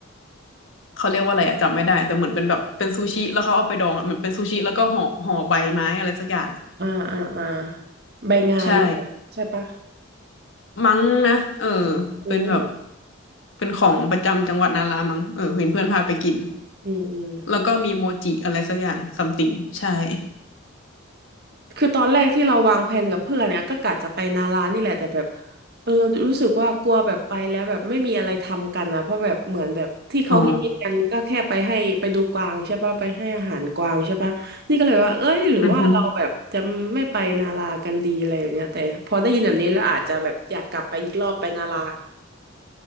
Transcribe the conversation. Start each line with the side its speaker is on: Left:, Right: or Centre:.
Left: เขาเรียกว่าอะไรอะจำไม่ได้แต่เหมือนเป็นแบบเป็นซูชิแล้วเขาเอาไปดองอะเหมือนเป็นซูชิแล้วก็ห่อห่อใบไม้อะไรสักอย่างอะ
Right: อ่าอ่าอ่าใบงานเนอะใช่ปะ
Left: ใช่ มั้งนะเออ
Right: อืม
Left: เป็นแบบเป็นของประจำจังหวัดนารามั้งเออเห็นเพื่อนพาไปกิน
Right: อืมอืม
Left: แล้วก็มีโมจิอะไรสักอย่างซัมติง ใช่
Right: คือตอนแรกที่เราวางแผนกับเพื่อนเนี่ยก็กะจะไปนารานี่แหละแต่แบบเออรู้สึกว่ากลัวแบบไปแล้วแบบไม่มีอะไรทำกันนะเพราะแบบเหมือนแบบที่เขาฮิตๆกันก็แค่ไปให้ไปดูกวางใช่ปะไปให้อาหารกวางใช่ปะนี่ก็เลยว่าเอ้ยหรือว่าเราแบบจะไม่ไปนารากันดีอะไรอย่างเนี้ยแต่พอได้ยินแบบนี้แล้วอาจจะแบบอยากกลับไปอีกรอบไปนารา
Left: อ๋ออือฮึ